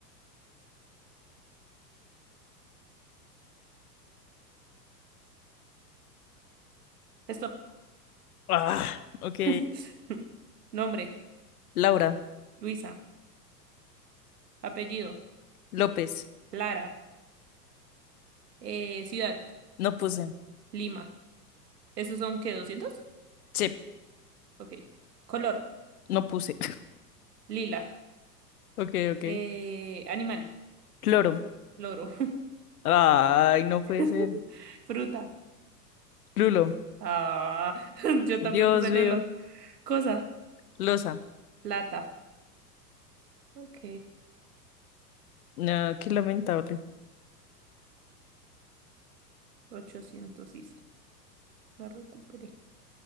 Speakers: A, on the right (about 70°); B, on the left (about 60°).
A: Esto.
B: Ah, ok.
A: <laughs> Nombre,
B: Laura,
A: Luisa. Apellido,
B: López,
A: Lara. Eh, ciudad,
B: no puse.
A: Lima. ¿Esos son qué? doscientos
B: Sí,
A: Ok. Color,
B: no puse. <laughs>
A: lila.
B: Ok, ok.
A: Eh, animal,
B: Cloro.
A: loro.
B: Ay, no puede
A: <laughs>
B: ser.
A: Fruta.
B: Lulo,
A: Ah, <laughs> yo también
B: Dios
A: puse
B: mío.
A: Lula. Cosa,
B: Losa.
A: lata. Ok.
B: No, qué lamentable.
A: ochocientos hice La recuperé.